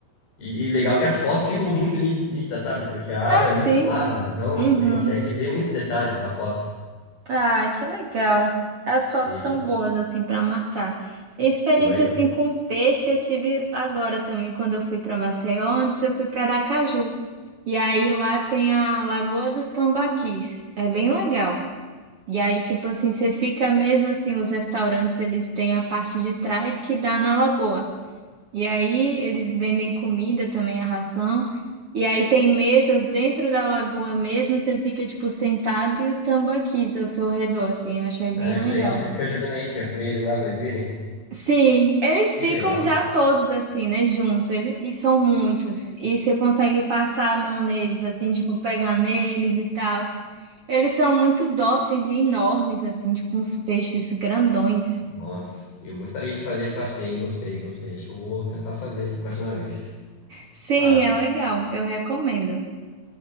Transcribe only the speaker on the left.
E, e legal que as fotos ficam muito nít- nítidas, sabe? Porque a água
é
muito clara, então
você consegue ver muitos detalhes da foto.
Esse
foi,
foi.
Ah,
que legal, você fica jogando a isca preso lá pra eles verem.
Que
legal.
Nossa, eu gostaria de fazer esse passeio, hein? Gostei, gostei. Acho que eu vou tentar fazer isso a próxima vez.
Massa.